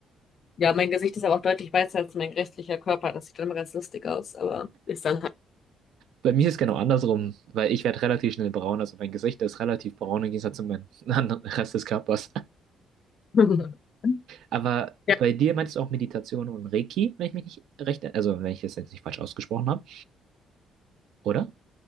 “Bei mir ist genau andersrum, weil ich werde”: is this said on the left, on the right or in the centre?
Right